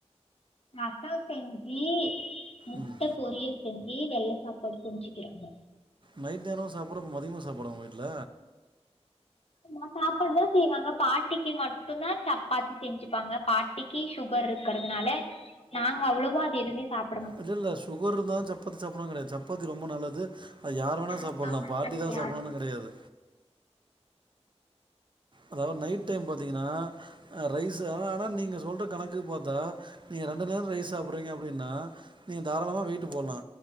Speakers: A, on the left (about 60°); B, on the right (about 45°).
A: ரசோ செஞ்சி முட்ட
B: ம்
A: பொரியல் செஞ்சி வெள்ள சாப்பாடு செஞ்சிக்கிறாங்க
B: நைட் நேரோ சாப்பாடு அப்ப மதியமு சாப்பாட ஒங்க வீட்ல
A: ஆமா சாப்பாடுதா செய்வாங்க பாட்டிக்கு மட்டுந்தா சப்பாத்தி செஞ்சிப்பாங்க பாட் டிக்கி சுகர் இருக்கிறதுனால நாங்க அவ்வளவா அது எதுவுமே சாப்
B: அது இல்ல சுகர் இருந்த தா சப்பாத்தி சாப்டனு கெடையாது சப்பாத்தி ரொம்ப நல்லது அது யார் வேணா
A: நாங்க
B: சாப்டலா
A: சாப்பிட
B: பாட்டி
A: மாட்டோ
B: தா
A: யாரு
B: சாப்டணுன்னு கெடையாது அதாவது நைட் டைம் பாத்தீங்கன்னா ரைஸ் ஆனா ஆனா நீங்க சொல்ற கணக்குக்கு பாத்தா நீங்க ரெண்டு நேரோ ரைஸ் சாப்டுறீங்க அப்டின்னா நீங்க தாராளமாக வெயிட்டு போடலா